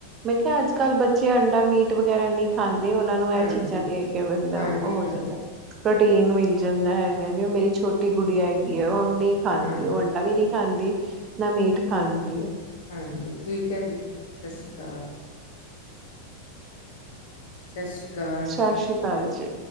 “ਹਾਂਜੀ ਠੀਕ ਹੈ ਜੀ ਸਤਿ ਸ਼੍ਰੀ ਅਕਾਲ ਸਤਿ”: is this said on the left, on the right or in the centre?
Left